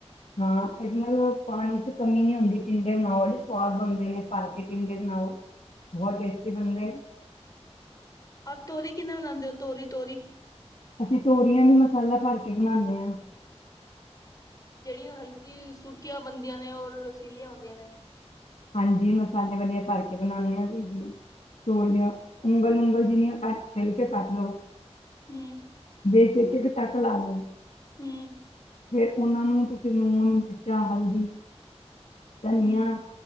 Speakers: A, on the left (about 75°); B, on the left (about 35°).
A: ਹਾਂ, ਇਹਨਾਂ ਪਾਣੀ ਚ ਕਮੀ ਨਈਂ ਹੁੰਦੀ ਟਿੰਡੇ ਬਣਾਓੇ ਸਵਾਦ ਬਣਦੇ ਨੇ, ਭਰ ਕੇ ਟਿੰਡੇ ਬਣਾਓ ਬਹੁਤ ਟੇਸ ਟੀ ਬਣਦੇ ਨੇਂ।
B: ਆ ਤੋਰੀ ਕਿੰਨਾ ਬਣਾਂਦੇ ਹੋ ਤੋਰੀ ਤੋਰੀ।
A: ਅਸੀਂ ਤੋਰੀਆਂ ਵੀ ਮਸਾਲਾ ਭਰ ਕੇ ਬਣਾਂਦੇ ਆਂ।
B: ਜਿਹੜੀਆਂ ਹਲਕੀ ਚੂਕੀਆਂ ਬੰਦੀਆਂ ਨੇ ਔਰ ਚਿੱਲੀਆਂ ਹੁੰਦੀਆਂ ਨੇ।
A: ਹਾਂਜੀ, ਮਸਾਲੇ ਵਾਲੀਆਂ ਭਰ ਕੇ ਬਣਾਂਣੇ ਆਂ ਜੀ, ਜੀ, ਤੋਰੀਆਂ ਉਂਗਲ, ਉਂਗਲ ਜਿੰਨੀਆਂ ਕੱਟ ਛਿਲ ਕੇ ਕੱਟ ਲੋ।
B: ਹਂ।
A: ਵਿਚ ਇੱਕ-ਇੱਕ ਟੱਕ ਲਾ ਲੋ।
B: ਹਂ।
A: ਫਿਰ ਉਹਨਾਂ ਨੂੰ ਤੁਸੀਂ ਲੂਣ, ਮਿਰਚਾਂ, ਹਲਦੀ, ਧਨੀਆ
B: ਹੂੰ,